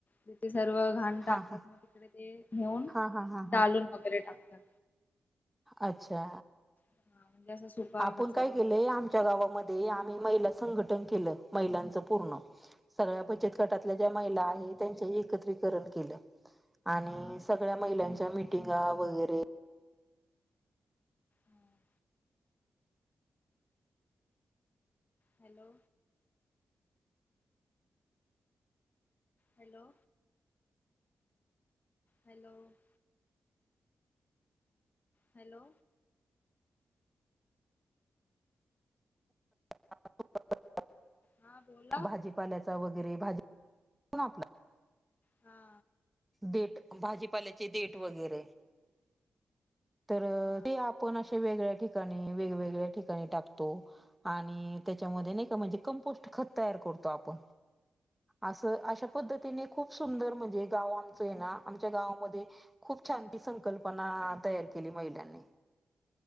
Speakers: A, on the left; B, in the centre.
A: तिथे सर्व घाण टाकतात
B: हा हा
A: मग तिकडे ते घेऊन
B: हा हा हा
A: डालून
B: हा
A: वगैरे टाकतात
B: अच्छा
A: हा म्हणजे असा सुका
B: आपण
A: कचरा
B: काय केलंय
A: ओला
B: आमच्या गावामध्ये आम्ही महिला संघटन केलं महिलांच पूर्ण सगळ्या बचत
A: अच्छा
B: गटातल्या ज्या महिला आहेत त्यांच एकत्रीकरण केलं आणि
A: अच्छा
B: सगळ्या महिलांच्या मिटिगा वगैरे
A: हा. हॅलो हॅलो हॅलो <unintelligible> हॅलो
B: ह <unintelligible>
A: हा बोला
B: भाजीपाल्याचा वगैरे भाजी ना आपला
A: हा
B: ट <unintelligible> भाजीपाल्याचे देट वगैरे तर
A: हा
B: ते आपण असे वेगळ्या ठिकाणी वेगवेगळ्या ठिकाणी टाकतो आणि त्याच्यामध्ये नाही का म्हणजे कंपोस्ट खत तयार करतो आपण असं
A: हा
B: अशा
A: बरोबर
B: पद्धतीने खूप सुंदर म्हणजे गाव आमच आहे ना आमच्या गावमध्ये खूप शांती संकल्पना तयार केली महिलांनी